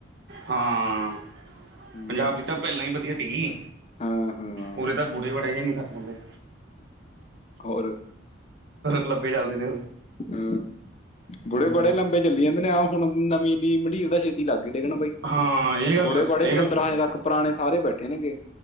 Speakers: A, on the right; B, on the left.
A: ਹਾਂ
B: ਹੂੰ
A: ਪੰਜਾਬ ਦੀ ਤਾਂ ਪਹਿਲਾਂ ਹੀ ਵਧੀਆ ਸੀਗੀ।
B: ਹਾਂ ਹਾਂ
A: ਉਦੇ ਤਾਂ ਬੁੜੇ-ਬੜੇ ਹੀ ਨਹੀ ਖਤਮ ਹੁੰਦੇ।
B: ਹੋਰ
A: ਲੱਭੇ ਚੱਲਦੇ ਨੇ
B: ਹੂ
A: ਹਮ
B: ਬੁੜੇ-ਬੜੇ ਲੰਬੇ ਚੱਲ ਜਾਂਦੇ ਨੇ ਹੁਣ ਨਵੀਂ ਨੀ ਮਡੀਰ ਦਾ ਛੇਤੀ ਲਾਗੇ ਡਿੱਗਣ ਬਾਈ।
A: ਹਾਂ। ਇਹ ਗੱਲ
B: ਬੁੜੇ ਬੜੇ
A: ਇਹ
B: ਪਤੰਦਰ
A: ਗੱਲ ਸਹੀ
B: ਹਜੇ
A: ਆ
B: ਤੱਕ ਪੁਰਾਣੇ ਸਾਰੇ ਬੈਠੇ ਨੇਗੇ